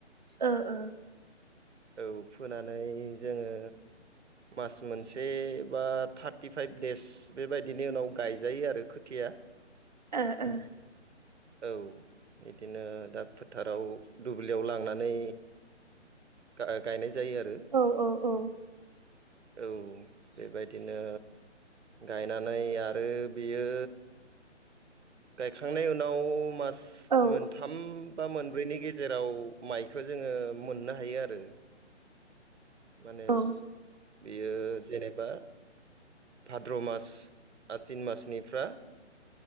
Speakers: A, on the right; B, on the right.
A: ओ-ओ।
B: औ फोनानै जोङो मास मोनसे बा थार्टिफाइभ देस बेबायदिनि उनाव गायजायो आरो खोथिया
A: ओ-ओ।
B: औ बिदिनो दा फोथाराव दुब्लियाव लांनानै गा-गायनाय जायो आरो।
A: औ औ औ।
B: औ बेबायदिनो गायनानै आरो बियो गायखांनायनि उनाव मास
A: औ
B: मोनथाम बा मोनब्रैनि गेजेराव माइख जोङो मोननो हायो आरो। माने
A: औ ओ
B: बियो जेनेबा भाद्र' मास आसिन मासनिफ्रा